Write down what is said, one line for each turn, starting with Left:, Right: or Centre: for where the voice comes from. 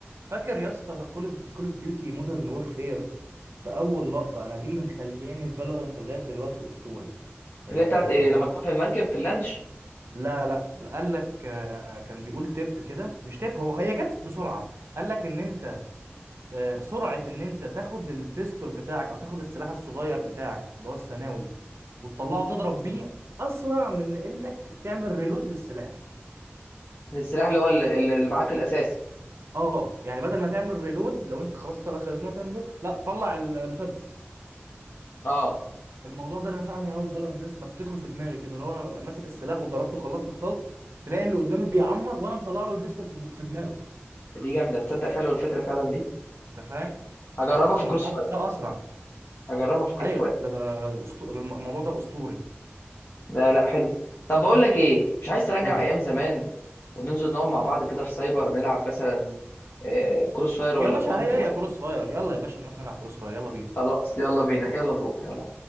Right: فاكر يا اسطى كول اوف كول اوف ديوتي مودرن وورفير في اول لقطه انا دي اللي مخلياني فالورانت لغايه دلوقتي اسطوري هي
Left: اللي هي بتاعت
Right: هو
Left: إيه
Right: كانت
Left: لما كان في المركب في اللانش
Right: لا لا قال لك آه، كان بيقول تip كده مش تip هو هي جت بسرعه قال لك ان انت آه، سرعه ان انت تاخد البيستول بتاعك او تاخد السلاح الصغير بتاعك اللي هو الثانوي وتطلعه تضرب بيه اسرع من انك تعمل ريلود للسلاح
Left: السلاح اللي هو ال- ال- اللي معاك الاساسي
Right: اه يعني بدل ما تعمل ريلود لو انت خلاص طلع خدمه وتعمل reload، لا طلع المسدس
Left: اه
Right: الموضوع ده نفعني قوي في فالورنت لسه بفتكره في دماغي كده اللي هو انا ببقى ماسك السلاح وضربته وخلصت الطلق تلاقي اللي قدامي بيعمر وانا مطلع له البيستول في في دماغه
Left: دي جامده تصدق فعلا الفكره فعلا دي
Right: انت فاهم
Left: هجربها
Right: ف- الموضوع
Left: في كروس فاير
Right: ده اسرع
Left: هجربها في كروس
Right: ايوه
Left: فاير
Right: ده, ده أسطو... الموضوع ده اسطوري
Left: ده لا حلو طب بقول لك ايه مش عايز ترجع
Right: قول لي
Left: ايام زمان وننزل نقعد مع بعض كده في سايبر نلعب مثلا آه، كروس فاير ولا
Right: يا باشا
Left: كوانتر
Right: هي
Left: ولا؟
Right: هي كروس فاير يلا يا باشا نروح نلعب كروس فاير يلا بينا
Left: خلاص يلا بينا يلا نروح يلا